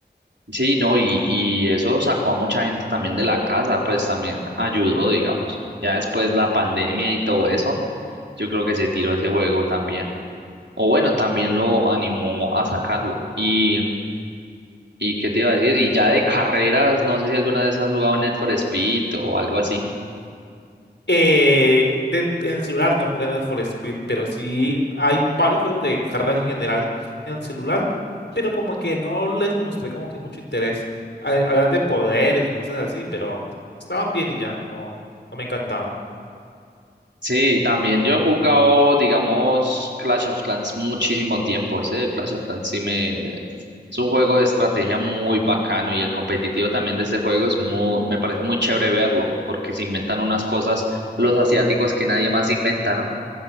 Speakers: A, on the right; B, on the left.
A: Sí, no, y, y eso sacó a mucha gente también de la casa, pues también ayudó, digamos. Ya después la pandemia y todo eso, yo creo que se tiró ese juego también. O bueno, también lo animó a sacarlo. Y, y qué te iba a decir, y ya de carreras, no sé si alguna vez has jugado Need for Speed o algo así.
B: Eh, de- en el celular no jugando For Speed, pero sí hay varios juegos de carreras en general en, en el celular, pero como que no les mostré como que mucho interés. Ha- Hablan de poderes y cosas así, pero estaban bien y ya, no, no me encantaban.
A: Sí, también yo he jugado, digamos, Clash of Clans muchísimo tiempo. Ese Clash of Clans sí me... Es un juego de estrategia muy bacano y el competitivo también de este juego es muy... Me parece muy chévere verlo, porque se inventan unas cosas los asiáticos que nadie más inventa, ¿no?